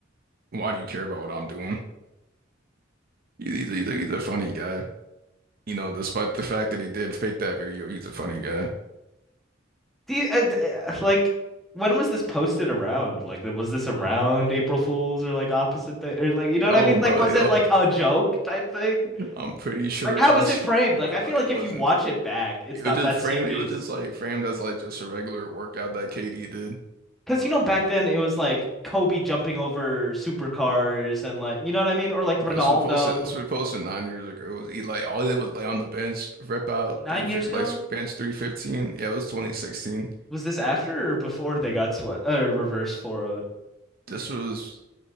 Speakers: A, on the right; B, in the centre.
A: "Why do you care about what I'm doing?" He's, he's, he's, a, he's a funny guy, you know. Despite the fact that he did fake that video, he's a funny guy.
B: Do you, uh, uh, like when was this posted around? Like was this around April Fools or like opposite day or like you know what
A: Oh,
B: I mean?
A: bro,
B: Like was
A: yo,
B: it like a joke type thing?
A: <laughs> I'm pretty sure
B: Like how
A: it was
B: was it framed?
A: <laughs> it, it,
B: Like I
A: wa-
B: feel
A: it
B: like
A: wasn't.
B: if you watch it back, it's
A: It was
B: not
A: just
B: that
A: framed.
B: serious.
A: It was just like framed as like just a regular workout that KD did.
B: Because you know back then it was like Kobe jumping over supercars and like you know what I mean? Or like Ronaldo
A: Bro, this was posted. This was posted nine years ago. It was Eli. All they would lay on the bench, rep out
B: nine
A: three, fif-
B: years ago?
A: like bench three fifteen. Yeah, it was twenty sixteen.
B: Was this after or before they got swept uh, reverse 4 oh?
A: This was